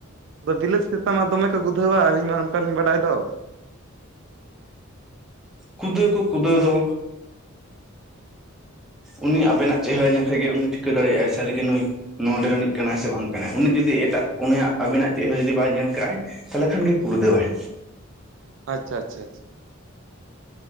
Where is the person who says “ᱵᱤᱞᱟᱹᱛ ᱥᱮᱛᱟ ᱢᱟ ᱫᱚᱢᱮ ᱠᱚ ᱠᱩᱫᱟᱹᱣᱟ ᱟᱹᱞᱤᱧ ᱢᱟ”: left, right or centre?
Right